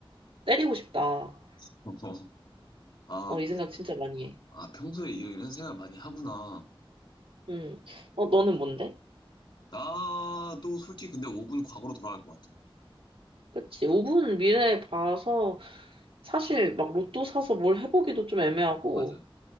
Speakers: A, on the right; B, on the left.
A: 때리고 싶다.
B: <laughs> 아,
A: 어, 이 생각 진짜 많이 해.
B: 아, 평소에 이- 런 생각 많이 하구나.
A: 음. 어, 너는 뭔데?
B: 나도 솔직히 근데 5분 과거로 돌아갈 것 같아.
A: 그치. 5분 미래 봐서 사실 막 로또 사서 뭘 해보기도 좀 애매하고
B: 맞아.